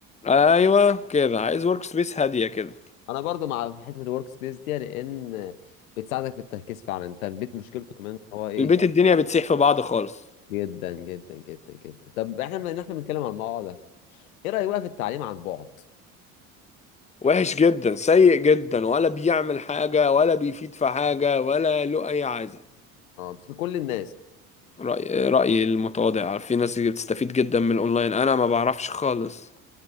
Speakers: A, on the left; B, on the left.
A: ايوه كده عايز ورك سبيس هاديه كده
B: انا برضو مع حته الورك سبيس دي لان بتساعدك في التركيز فعلا انت البيت مشكلته كمان ان هو ايه
A: البيت الدنيا بتسيح في بعض خالص
B: جدا جدا جدا جدا طب احنا بما ان احنا بنتكلم عن الموضوع ده ايه رايك بقى في التعليم عن بعد
A: وحش جدا سيء جدا ولا بيعمل حاجة ولا بيفيد في حاجة ولا له أي عايزة
B: اه مش لكل الناس
A: رأي رأيي المتواضع في ناس بتستفيد جدا من الأونلاين أنا ما بعرفش خالص